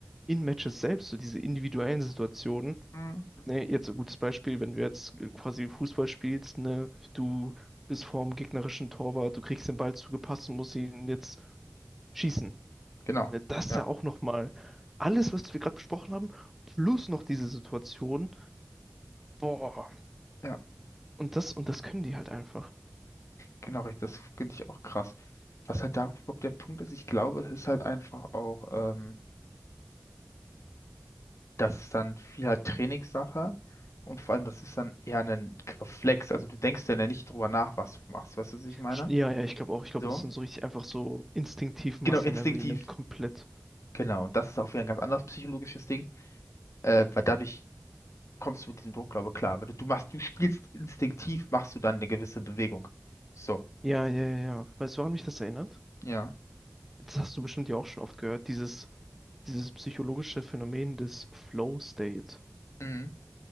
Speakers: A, in the centre; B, on the left.
A: In-Matches selbst, so diese individuellen Situationen.
B: Mhm.
A: Ne, jetzt so ein gutes Beispiel, wenn du jetzt äh, quasi Fußball spielst, ne, du bist vorm gegnerischen Torwart, du kriegst den Ball zugepasst und musst ihn jetzt schießen.
B: Genau.
A: Ne, das
B: Ja,
A: ist ja auch nochmal alles, was wir gerade besprochen haben, plus noch diese Situation. Boah,
B: ja,
A: und das, und das können die halt einfach.
B: genau richtig. Das finde ich auch krass. Was halt da überhaupt der Punkt ist, ich glaube, es ist halt einfach auch, ähm, das ist dann viel halt Trainingssache und vor allem, das ist dann eher ein Reflex. Also du denkst dann ja nicht drüber nach, was du machst. Weißt du, was ich meine?
A: Sch- Ja, ja, ich glaube auch. Ich glaube,
B: So,
A: das sind so richtig einfach so instinktiv Muscle
B: genau, instinktiv.
A: Memory, nimmt komplett.
B: Genau, und das ist auch wieder ein ganz anderes psychologisches Ding, äh, weil dadurch kommst du mit diesem Druck, glaube ich, klar. Weil du, du machst, du spielst instinktiv, machst du dann eine gewisse Bewegung. So,
A: Ja, ja, ja. ja. Weißt du, woran mich das erinnert?
B: ja.
A: Das hast du bestimmt ja auch schon oft gehört, dieses, dieses psychologische Phänomen des Flow State.
B: Mhm,